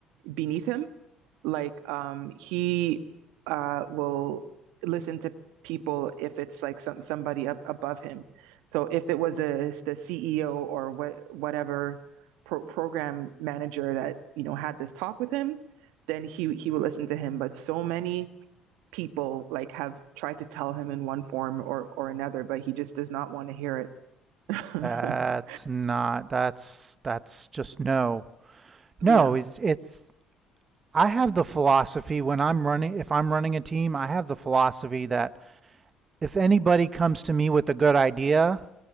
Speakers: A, on the right; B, on the right.
A: beneath him. Like um, he uh, will listen to people if it's like some somebody up above him. So if it was a the CEO or what whatever pro- program manager that you know had this talk with him, then he he will listen to him. But so many people like have tried to tell him in one form or or another, but he just does not want to hear it.
B: That's
A: <laughs>
B: not that's that's just no. No,
A: yeah.
B: it's it's I have the philosophy when I'm running if I'm running a team, I have the philosophy that if anybody comes to me with a good idea,